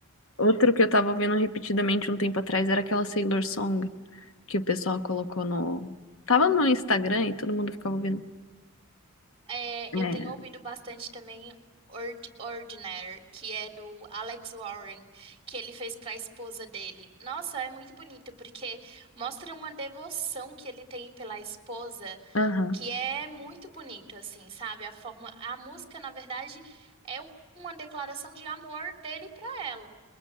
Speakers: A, on the left; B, on the right.
A: Outro que eu tava ouvindo repetidamente um tempo atrás era aquela Sailor Song que o pessoal colocou no. Tava no Instagram e todo mundo ficava ouvindo.
B: É,
A: É.
B: eu tenho ouvido bastante também Ord Ordinary, que é do Alex Warren, que ele fez para a esposa dele. Nossa, é muito bonito porque mostra uma devoção que ele tem pela esposa,
A: Aham.
B: que é muito bonito assim, sabe? A forma, a música, na verdade, é um- uma declaração de amor dele para ela.